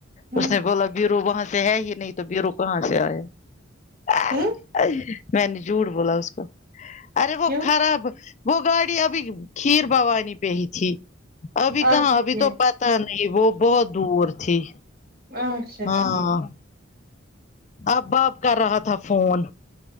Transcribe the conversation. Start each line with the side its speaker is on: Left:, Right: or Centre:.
Right: ہوں
Left: اس نے بولا بیرو وہاں سے ہے ہی نہیں تو بیرو کہاں سے آیا
Right: ہوں
Left: میں نے جھوٹ بولا اس کو ارے وہ
Right: کیوں
Left: خراب وہ گاڑی ابھی کھیر بوانی پہ ہی تھی ابھی
Right: اچھا
Left: کہاں ابھی
Right: ٹھیک
Left: تو پا پت نہیں وہ بہت دور تھی
Right: اچھا
Left: ہاں
Right: ٹھیک
Left: اباپ کر رہا تھا فون